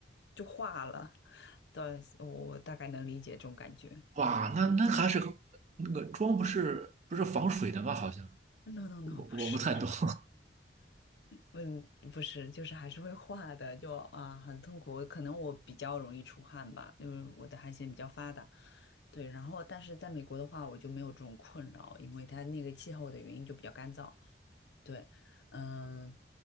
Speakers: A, on the left (about 75°); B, on the right (about 40°).
A: 就化了。对，我我大概能理解这种感觉。
B: 哇，那那还是那个妆不是不是防水的吗？好像
A: No no no，
B: 我我不太懂。
A: 不是。
B: <laughs>
A: 嗯，不是，就是还是会化的，就啊很痛苦。可能我比较容易出汗吧，因为我的汗腺比较发达。对，然后但是在美国的话，我就没有这种困扰，因为它那个气候的原因就比较干燥。对，嗯，